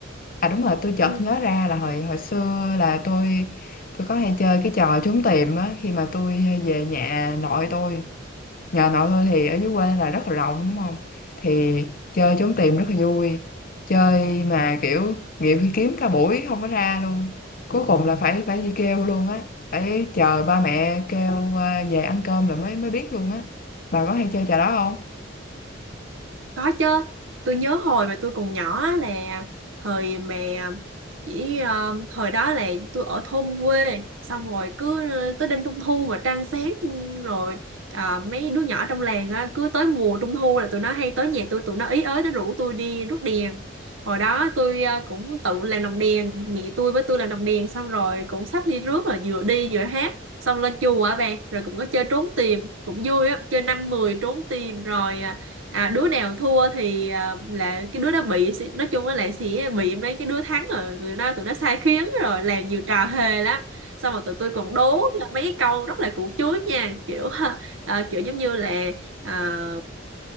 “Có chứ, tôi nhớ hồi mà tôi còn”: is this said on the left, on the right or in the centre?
Right